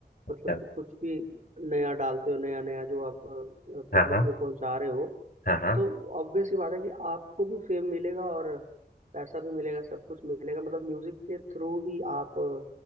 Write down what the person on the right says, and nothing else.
मतलब
कि कुछ भी नया डालते हो नया नया जो आप पब्लिक
में पहुंचा रहे हो
तो ऑब्वियस सी बात है कि आपको भी फेम मिलेगा और पैसा भी मिलेगा सब कुछ मिलेगा मतलब म्यूजिक के थ्रू ही आप अ,